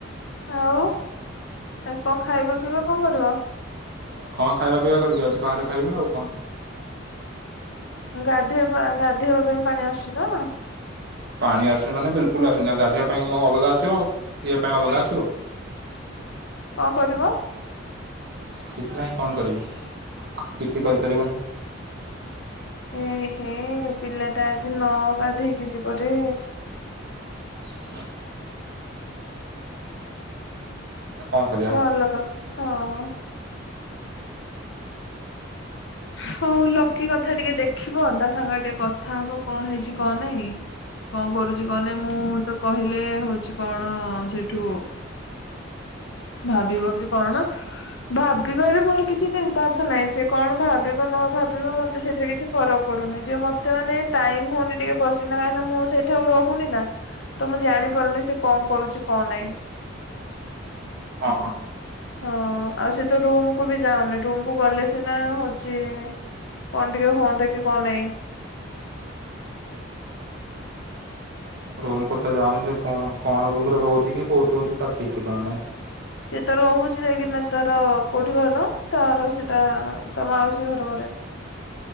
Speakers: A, on the left (about 65°); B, on the right (about 55°).
A: ଆଉ ଆଉ କଣ ଖାଇବା ପିଇବା କଣ କରିବ?
B: କଣ ଖାଇବା ପିଇବା କରି ଯାଉଛି ବାହାରେ ଖାଇବି ଆଉ କଣ।
A: ଗାଧୋଇବା ଗାଧୋଇବା ପାଇଁ ପାଣି ଆସୁଛି ତ?
B: ପାଣି ଆସୁନି ମାନେ ବିଲକୁଲ ଆସୁନି ଗାଧିବା ପାଇଁ କି ମୋ ଅଲଗା ଆସିବ ଆଉ ଇଏ ପାଇଁ ଅଲଗା ଆସିବ।
A: କଣ କରିବ?
B: କିଛି ନାହିଁ କଣ କରିବି କିଛି କରିପାରିବନି।
A: ଏ ହେ ପିଲା ଟା ଆଜି ନଅ ଗାଧେଇକି ଯିବ ରେ।
B: <inaudible> କଣ କରିବା
A: ଭଲ <unintelligible> ହଁ। ହଉ ଲକି କଥା ଟିକେ ଦେଖିବ ତା ସାଙ୍ଗରେ ଟିକେ କଥା ହବ କଣ ହେଇଛି କଣ ନାଇଁ। କଣ କରୁଛି କଣ ନାହିଁ ମୁଁ ତ କହିଲେ ହଉଛି କଣ ସେଇଠୁ ଭାବିବ କି କଣ ଭାବିବାରେ ମୋର କିଛି ଚିନ୍ତାର୍ଥ ନାହିଁ ସେ କଣ ଭାବ <unintelligible> ମତେ ସେଥିରେ କିଛି ଫର ପଡୁନି ଯେ ମତେ ଟାଇମ ହଉନି ଟିକେ ବସ ସିନା କାହିଁକି ନା ମୁଁ ସେଇଠା ରହୁନି ନା ତ ମୁଁ ଜାଣିପାରୁନି ସେ କଣ କରୁଛି କଣ ନାହିଁ।
B: ହଁ ହଁ।
A: ହଁ ଆଉ ସେ ତ ରୁମ କୁ ବି ଯାଉନି। ରୁମ କୁ ଗଲେ ସିନା ହଉଛି କଣ ଟିକେ ହୁଅନ୍ତା କି କଣ ନାଇଁ।
B: ରୁମ କଥା ଯା ସେ ତ କଣ ରୁମରେ ରହୁଛି କି କୋଉଠି ରହୁଛି ତା ଠିକ ଠିକଣା ନାହିଁ।
A: ସିଏ ତାର ରହୁଛି ଯାଇକିନା ତାର କେଉଁଠି କହିଲ ତାର ସେଇଟା ତ ମାଉସୀ ଘର ଘରେ।